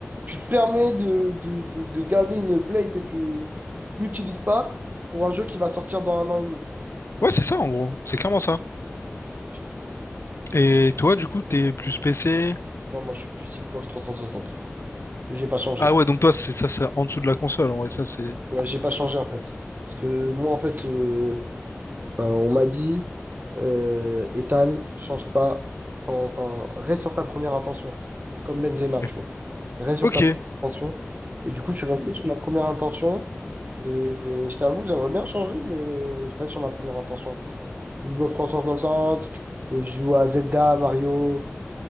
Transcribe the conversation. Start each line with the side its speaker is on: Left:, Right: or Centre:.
Right: tu te permets de, de, de- de garder une play que tu n'utilises pas pour un jeu qui va sortir dans un an et demi.
Left: Ouais, c'est ça en gros, c'est clairement ça.
Right: Ok.
Left: Et toi, du coup, t'es plus PC.
Right: Non, moi, je suis plus Xbox 360. J'ai pas changé.
Left: Ah ouais, donc toi, c'est ça, c'est en dessous de la console. Ouais, ça, c'est.
Right: Ouais, j'ai pas changé,
Left: Ok.
Right: en fait. Parce que moi, en fait, euh, enfin, on m'a dit, euh, Ethan, change pas. ton- Enfin, reste sur ta première intention. Comme Benzema,
Left: Ok.
Right: tu vois. Reste
Left: Ok.
Right: sur ta première intention. Et du coup, je suis resté sur ma première intention. Et, et je t'avoue, j'aimerais bien changer, mais je reste sur ma première intention. Xbox 360, je joue à Zelda, Mario,